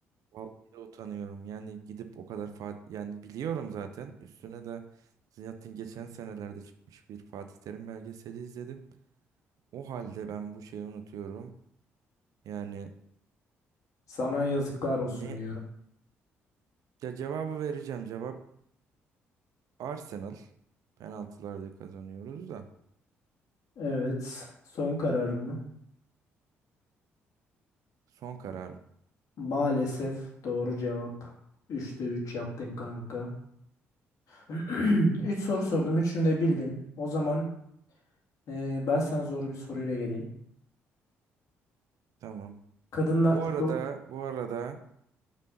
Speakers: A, on the right; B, on the left.
A: Vallahi utanıyorum. Yani gidip o kadar Fatih yani biliyorum zaten. Üstüne de zaten geçen senelerde çıkmış bir Fatih Terim belgeseli izledim. O halde ben bu şeyi unutuyorum. Yani
B: Sana yazıklar olsun
A: ne
B: diyorum.
A: ya cevabı vereceğim. Cevap Arsenal penaltılarda kazanıyoruz da
B: Evet. Son kararım mı?
A: son kararım.
B: Maalesef doğru cevap. Üçte 3 yaptın kanka. <clears throat> 3 soru sordum. Üçünü de bildin. O zaman e, ben sana zor bir soruyla geleyim.
A: Tamam.
B: Kadınlar
A: Bu
B: futbol...
A: arada bu arada